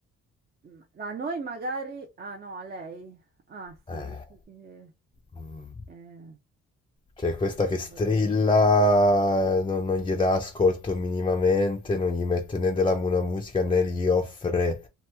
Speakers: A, on the right; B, on the left.
A: M- A noi magari... Ah no, a lei. Ah sì,
B: Eh.
A: dici che...
B: mm.
A: eh, mm,
B: Cioè, questa
A: va
B: che strilla,
A: bene.
B: eh, non, non gli dà ascolto minimamente, non gli mette né della buona musica né gli offre